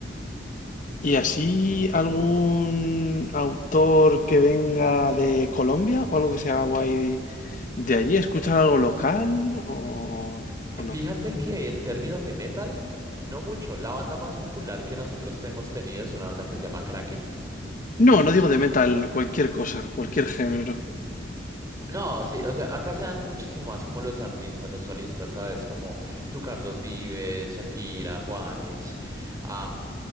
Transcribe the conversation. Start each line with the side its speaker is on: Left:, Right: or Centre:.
Left: ¿Y así algún autor que venga de Colombia o algo que sea guay de allí? ¿Escuchan algo local o, o
Right: Fíjate
Left: no?
Right: que en términos de metal, no mucho. La banda más popular que nosotros hemos tenido es una banda que se llama Kraken.
Left: No, no digo de metal, cualquier cosa, cualquier género.
Right: No, sí, o sea, acá se dan muchísimo más como los artistas, los solistas, ¿sabes? Como tú, Carlos Vives, Shakira, Juanes, am,